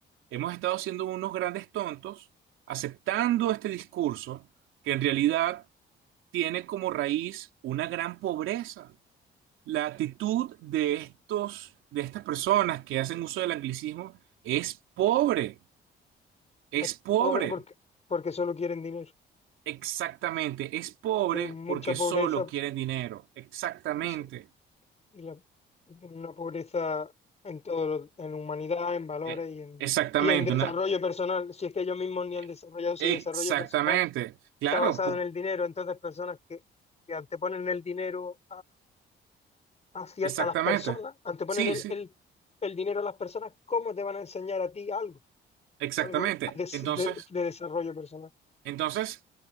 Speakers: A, on the right; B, on the left.
A: Hemos estado siendo unos grandes tontos aceptando este discurso que en realidad tiene como raíz una gran pobreza. La actitud de estos, de estas personas que hacen uso del anglicismo es pobre, es
B: Es
A: pobre,
B: pobre porque, porque solo quieren dinero.
A: exactamente, es pobre
B: Tienen mucha
A: porque solo
B: pobreza
A: quieren dinero, exactamente,
B: y, so- y la- y tienen una pobreza en todo, lo- en humanidad, en valores
A: eh,
B: y en,
A: exactamente,
B: y en desarrollo
A: una,
B: personal. Si es que ellos mismos ni
A: eh,
B: han desarrollado su
A: exactamente,
B: desarrollo personal,
A: claro,
B: está basado
A: po-
B: en el dinero. Entonces, personas que, que te ponen el dinero hacia
A: exactamente,
B: a las personas, anteponen
A: sí,
B: el,
A: sí,
B: el, el dinero a las personas, ¿cómo te van a enseñar a ti algo?
A: exactamente.
B: Algo de,
A: Entonces,
B: de- de desarrollo personal,
A: Entonces,